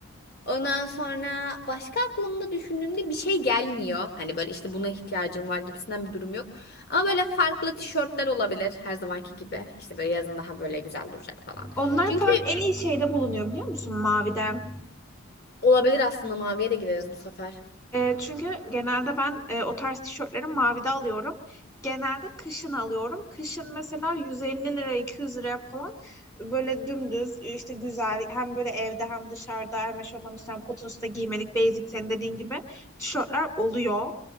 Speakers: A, on the left (about 50°); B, on the left (about 15°).
A: Ondan sonra başka aklımda düşündüğümde bir şey gelmiyor. Hani böyle işte buna ihtiyacım var gibisinden bir durum yok. Ama böyle farklı tişörtler olabilir her zamanki gibi. İşte böyle yazın daha böyle güzel duracak falan.
B: Onlar
A: Çünkü
B: falan en iyi şeyde bulunuyor biliyor musun? Mavide.
A: olabilir aslında maviye de gideriz bu sefer.
B: E, çünkü genelde ben e, o tarz tişörtleri mavide alıyorum. Genelde kışın alıyorum. Kışın mesela 150 lira 200 liraya falan böyle dümdüz e, işte güzel hem böyle evde hem dışarıda hem eşofman üstüne hem kotun üstüne giymelik basic senin dediğin gibi tişörtler oluyor.